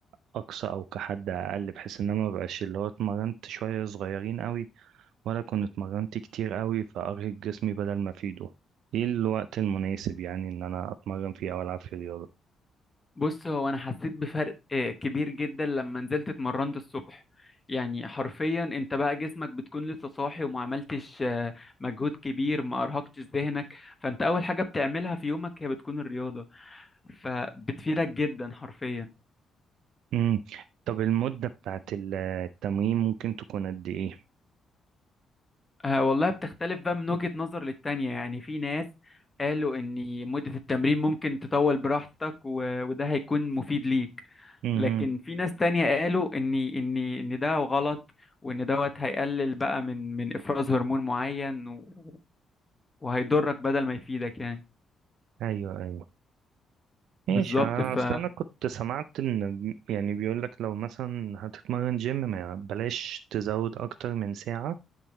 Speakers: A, on the right; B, on the left.
A: اقصى او كحد اقل بحيث ان انا ما بقاش اللي هو اتمرنت شوية صغيرين قوي ولا كنت اتمرنت كتير قوي فارهق جسمي بدل ما افيده ايه الوقت المناسب يعني ان انا اتمرن فيه او العب فيه رياضة
B: بص هو انا حسيت بفرق آه، كبير جدا لما نزلت اتمرنت الصبح يعني حرفيا انت بقى جسمك بتكون لسه صاحي وما عملتش آه، مجهود كبير ما ارهقتش ذهنك فانت اول حاجة بتعملها في يومك هي بتكون الرياضة فبتفيدك جدا حرفيا
A: امم طب المدة بتاعت التمرين ممكن تكون قد ايه
B: آه والله بتختلف بقى من وجهة نظر للتانية يعني في ناس قالوا ان مدة التمرين ممكن تطول براحتك و... وده هيكون مفيد ليك
A: امم
B: لكن في ناس تانية قالوا ان ان ان ده غلط وان دوت هيقلل بقى من من افراز هرمون معين و- وهيضرك بدل ما يفيدك يعني
A: ايوه ايوه
B: بالظبط
A: ماشي آه،
B: ف
A: اصل انا كنت سمعت ان يعني بيقول لك لو مثلا هتتمرن جيم ما بلاش تزود اكتر من ساعة